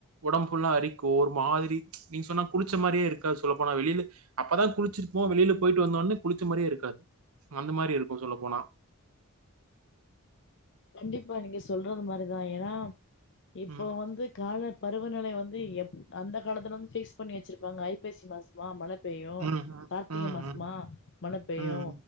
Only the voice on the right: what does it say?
உடம்பு புல்லா அரிக்கு ஒரு மாதிரி நீங்க சொன்னா குளிச்ச மாதிரியே இருக்காது சொல்ல போனா வெளில அப்பதா குளிச்சிருப்போ வெளில போயிட்டு வந்தோடனே குளிச்ச மாதிரியே இருக்காது அந்த மாதிரி இருக்கு சொல்ல போனா
ம்
ம்
ம்
ம்
ம்.